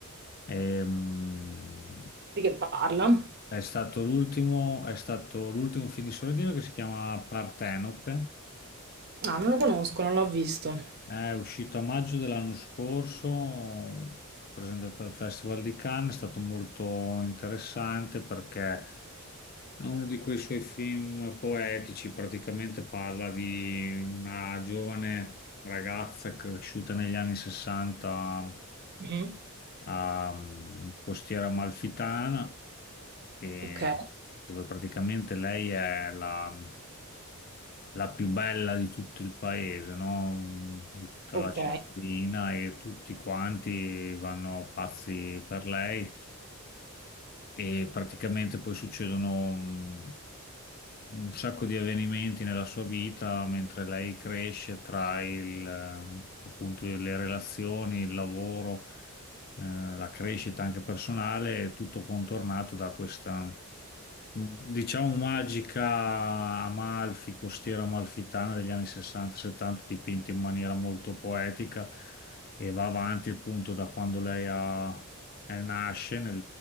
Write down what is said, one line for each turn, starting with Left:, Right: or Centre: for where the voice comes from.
Left: Ehm,
Right: di che parla?
Left: È stato l'ultimo è stato l'ultimo film di Sorrentino che si chiama Partenope,
Right: Ah, non lo conosco, non l'ho visto.
Left: è uscito a maggio dell'anno scorso, presentato al Festival di Cannes, è stato molto interessante perché è uno di quei suoi film poetici, praticamente parla di una giovane ragazza cresciuta negli anni 60
Right: Mhm.
Left: a mm, Costiera Amalfitana, e
Right: Ok,
Left: dove praticamente lei è la la più bella di tutto il paese, no? Di tutta
Right: ok.
Left: la cittadina e tutti quanti vanno pazzi per lei e praticamente poi succedono mh, un sacco di avvenimenti nella sua vita mentre lei cresce tra il, eh, appunto, le relazioni, il lavoro, eh, la crescita anche personale, è tutto contornato da questa, mh, diciamo, magica Amalfi, costiera amalfitana degli anni 60-70, dipinta in maniera molto poetica e va avanti appunto da quando lei ha eh, nasce nel